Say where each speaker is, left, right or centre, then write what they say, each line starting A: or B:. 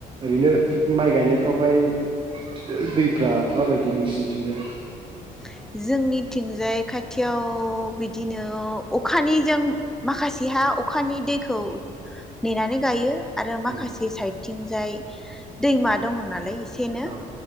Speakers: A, on the right; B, in the centre.
A: ओरैनो माइ गायनायफ्रावहाय ओ दैफ्रा माबायदि नोंसिनिथिंजाय?
B: <inaudible> जोंनिथिंजाय खा खाथियाव बिदिनो अखानिजों माखासेहा अखानि दैखौ नेनानै गायो आरो माखासे
A: उम
B: साइद थिंजाय दैमा दङ नालाय सेनो
A: औ